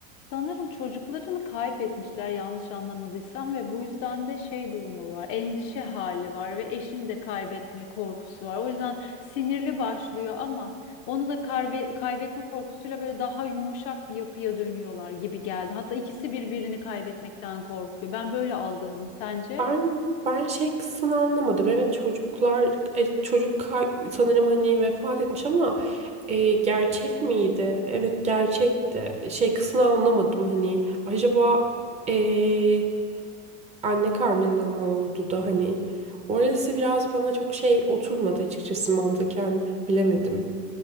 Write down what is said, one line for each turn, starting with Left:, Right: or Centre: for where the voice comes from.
Left: Sanırım çocuklarını kaybetmişler yanlış anlamadıysam ve bu yüzden de şey durumu var. Endişe hali var ve eşini de kaybetme korkusu var. O yüzden sinirli başlıyor ama onu da karbe- kaybetme korkusuyla böyle daha yumuşak bir yapıya dönüyorlar gibi geldi. Hatta ikisi birbirini kaybetmekten korkuyor. Ben böyle algıladım. Sence?
Right: Ben ben şey kısmını anlamadım. Evet çocuklar e, çocuk ka- sanırım hani vefat etmiş ama e, gerçek miydi? Evet gerçekti. Şey kısmını anlamadım hani acaba e, anne karnında mı oldu da hani orası biraz bana çok şey oturmadı açıkçası mantıken bilemedim.